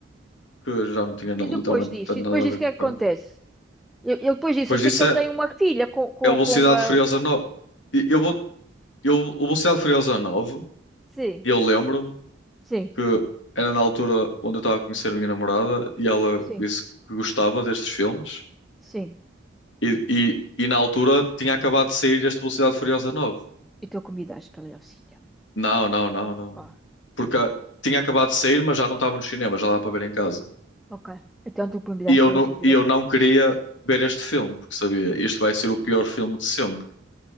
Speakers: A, on the left; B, in the centre.
A: que já não tinha na-
B: e
A: literalmente
B: depois disso?
A: nada
B: E depois
A: a
B: disso,
A: ver
B: o que é que
A: com
B: acontece?
A: o carro.
B: Eu, eu depois disso,
A: Depois
B: eu sei
A: disso
B: que ele
A: é,
B: tem uma filha com, com,
A: é o Velocidade
B: com uma...
A: Furiosa 9. E Eu vou, eu, o Velocidade Furiosa 9,
B: Sim,
A: eu lembro-me
B: sim.
A: que era na altura onde eu estava a conhecer a minha namorada e ela
B: Sim.
A: disse que gostava destes filmes.
B: Sim,
A: E, e, e na altura tinha acabado de sair este Velocidade Furiosa nove
B: e então convidaste para ir ao cinema.
A: Não, não, não, não.
B: Oh,
A: Porque ah, tinha acabado de sair, mas já não estava no cinema, já dá para ver em casa.
B: ok. Então tu convidaste
A: E eu
B: ela
A: não,
B: para vir
A: e eu
B: a casa.
A: não queria ver este filme, porque sabia, isto vai ser o pior filme de sempre.